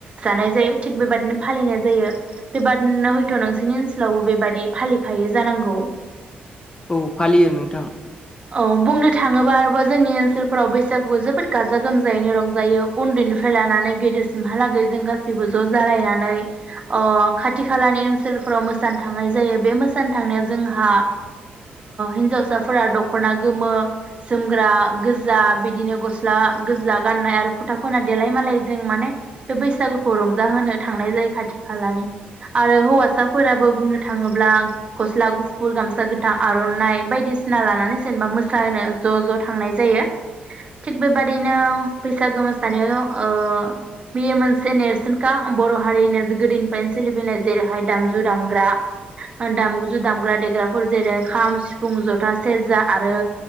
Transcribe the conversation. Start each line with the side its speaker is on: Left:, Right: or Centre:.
Right: जानाय जायो थिग बेबादिनो फालिनाय जायो बेबादिनो हयथ नोंसोरनि ओनसोलावबो बेबादि फालिखायो जानांगौ।
Left: औ फालियो नोंथां।
Right: औ बुंनो थाङोबा आरोबा जोंनि ओनसोलफोराव बैसागुआव जोबोद गाजा गोमजायैनो रंजायो। उन्दैनिफ्राय लानानै गेदेर सिमहालागै जों गासैबो ज जालायनानै खाथि खालानि ओनसोलफोराव मोसानो थांनाय जायो बे मोसानो थांनायाव जोंहा हिन्जावसाफोरा दख'ना गोमो जोमग्रा गोजा बिदिनो गस्ला गोजा गाननाय आरो फुथा फोना देलाय मालायजों माने बे बैसागोखौ रंजाहो थांनाय जायो खाथि खालानि आरो हौवासाफोराबो बुंनो थाङोब्ला गस्ला गुफुर गामसा गोथां आरनाइ बायदिसिना लानानै जेनेबा मो सानो ज ज थांनाय जायो थिग बेबादिनो बैसागो मोसानायाव ओ बेयो मोनसे नेरसोनखा बर' हारिनो गोदोनिफ्रायनो सोलिबोनाय जेरैहाय दामजु दामग्रा दामग्जु दामग्रा देग्राफोर जेरै खाम सिफुं जथा सेरजा आरो